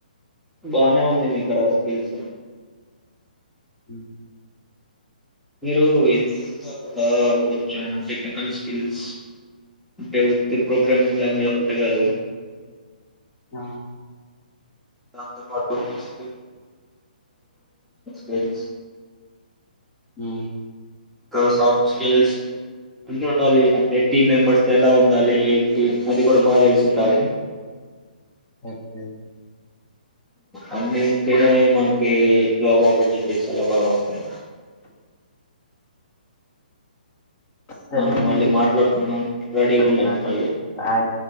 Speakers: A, in the centre; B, on the left.
A: బానే ఉంది మీక్కడ స్కిల్స్
B: హ
A: మీరు ఇది కాకుండా కొంచెం టెక్నికల్ స్కిల్స్ అంటే ఉత్ ప్రోగ్రామింగ్ లాంగ్వేజ్ ఒకక్కటే కాదు
B: ఆ
A: స్స్ కరస్
B: ఆ
A: ఇంకా సాఫ్ట్ స్కిల్స్ అన్ని ఉండాలి అంటే టీమ్ మెంబర్స్ ఎలా ఉండాలి ఏంటి అది కూడా బాగా తెలిసి ఉండాలి.
B: ఓకే.
A: అన్ని ఉంటేనే మనకి జాబ్ అప్పోర్టునిటీస్ అలా బాగోస్తాయ్.
B: సరే
A: ఆ
B: అండి.
A: మళ్ళీ మాట్లాడుకుందాం రెడీగా
B: మళ్ళీ
A: ఉండండి
B: మాట్లాడుకుందాం.
A: మళ్ళీ
B: బాయ్.